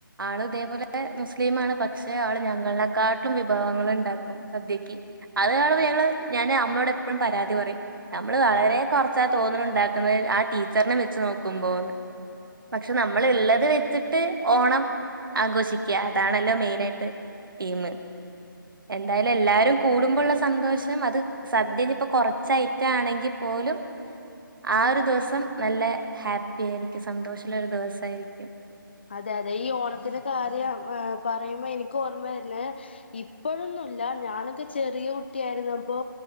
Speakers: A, on the right; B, on the left.
A: ആൾ ഇതേപോലെ മുസ്ലീമാണ് പക്ഷെ ആള് ഞങ്ങളെക്കാട്ടിലും വിഭവങ്ങൾ ഉണ്ടാക്കും സദ്യക്ക് അത്കാണുമ്പോ ഞങ്ങൾ ഞാന് അമ്മോട് എപ്പോഴും പരാതി പറയും നമ്മൾ വളരെ കൊറച്ചാ തോന്നുണുണ്ടാക്കുന്നത് ആ ടീച്ചറിനെ വെച്ച് നോക്കുമ്പോ ന്ന് പക്ഷെ നമ്മൾ ഇള്ളത് വെച്ചിട്ട് ഓണം ആഘോഷിക്കുക അതാണല്ലോ മെയിന ആയിട്ട് തീമ് എന്തായാലും എല്ലാരും കൂടുമ്പോള്ള സന്തോഷം അത് സദ്യ ഇപ്പോ കൊറച്ച് ഐറ്റം ആണെങ്കിൽ പോലും ആ ഒരു ദിവസം നല്ല ഹാപ്പി പ്പി ആയിരിക്കും സന്തോഷമുള്ള ഒരു ദിവസമായിരിക്കും
B: അതെ അതെ ഈ ഓണത്തിന്റെ കാര്യം ഏ പറയുമ്പോ എനിക്ക് ഓർമ്മാവരുന്നേ ഇപ്പോഴൊന്നുല്ല ഞാനൊക്കെ ചെറിയ കുട്ടിയായിരുന്നപ്പോ